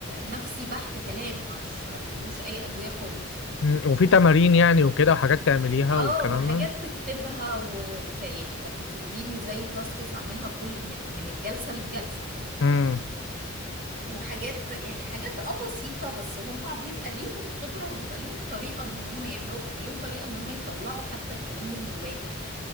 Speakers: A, on the right (about 45°); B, on the left (about 65°).
A: نفسي بحت كلام مش ما فيهوش اي ادوية خالص
B: مم. وفي تمارين يعني وكده وحاجات تعمليها
A: اه
B: والكلام
A: وحاجات
B: ده
A: تكتبها و... وك... يعني كانت بتديني زي تاسكس اعملها كل من من الجلسة للجلسة
B: مم.
A: وحاجات يعني حاجات اه بسيطة بس هم بيبقى ليهم خبرة وبيبقى ليهم طريقة ان هم يعملوها بيبقى ليهم طريقة ان هم يطلعوا حتى الكلام من جواك